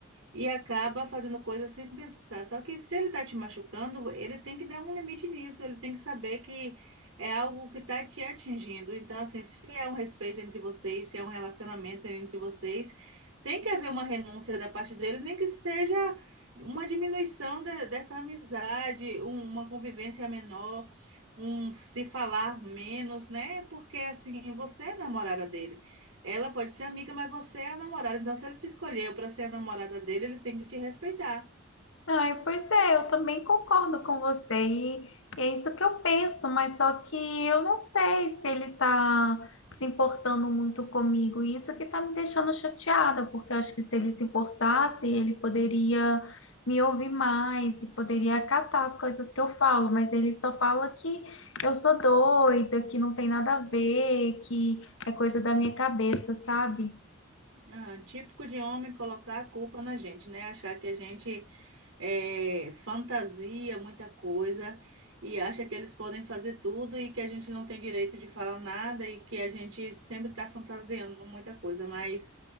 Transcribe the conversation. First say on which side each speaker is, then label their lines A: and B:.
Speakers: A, on the right; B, on the left.
A: e acaba fazendo coisas sem pensar. Só que se ele está te machucando, ele tem que dar um limite nisso, ele tem que saber que é algo que está te atingindo. Então, assim, se há um respeito entre vocês, se há um relacionamento entre vocês, tem que haver uma renúncia da parte dele, nem que seja. Uma diminuição de- dessa amizade, um- uma convivência menor, um se falar menos, né? Porque assim, você é namorada dele. Ela pode ser amiga, mas você é a namorada. Então, se ele te escolheu para ser a namorada dele, ele tem que te respeitar.
B: Ai, pois é, eu também concordo com você e é isso que eu penso, mas só que eu não sei se ele tá se importando muito comigo e isso que tá me deixando chateada, porque eu acho que se ele se importasse, ele poderia me ouvir mais e poderia acatar as coisas que eu falo, mas ele só fala que eu sou doida, que não tem nada a ver, que é coisa da minha cabeça, sabe?
A: Ah, típico de homem colocar a culpa na gente, né? Achar que a gente é, fantasia muita coisa e acha que eles podem fazer tudo e que a gente não tem direito de falar nada e que a gente sempre está fantasiando muita coisa. Mas